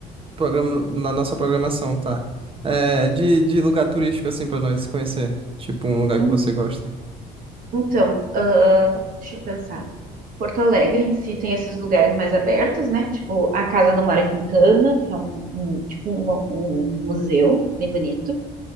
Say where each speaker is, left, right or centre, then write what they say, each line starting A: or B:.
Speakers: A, on the right; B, on the right.
A: programa, na nossa programação, tá? É, de, de lugar turístico, assim, pra nós conhecer. Tipo, um lugar
B: assim.
A: que você gosta.
B: Então, ah, deixa eu pensar. Porto Alegre em si tem esses lugares mais abertos, né? Tipo a Casa do Mário Quintana, que é um, um- tipo um, um museu bem bonito.